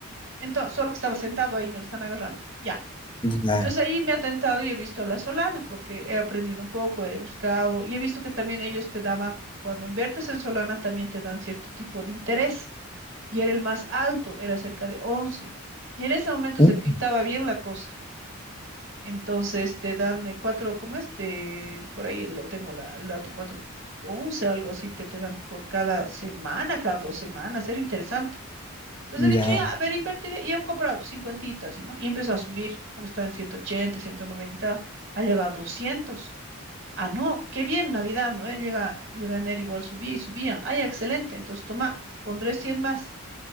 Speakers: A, on the right (about 60°); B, on the left (about 20°).
A: Entonces, solo que estaba sentado ahí, me lo están agarrando. Ya.
B: ya,
A: Entonces ahí me ha tentado y he visto la Solana, porque he aprendido un poco, he buscado y he visto que también ellos te daban, cuando inviertes en Solana, también te dan cierto tipo de interés. Y era el más alto, era cerca de 11. Y en ese momento
B: uh,
A: se pintaba bien la cosa. Entonces te dan eh, cuatro, ¿cómo es? Te- por ahí lo tengo la, el dato, cuatro o once, algo así que te dan por cada semana, cada dos semanas, era interesante. Entonces he dicho,
B: ya,
A: ya, a ver, invertiré, y he comprado cincuentitas, ¿no? Y empezó a subir, había estado en 180, 190, ha llegado a 200. Ah, no, qué bien, Navidad, ¿no? ve? Llega, llega enero igual subía y subía. Ah, ya, excelente, entonces toma, pondré 100 más.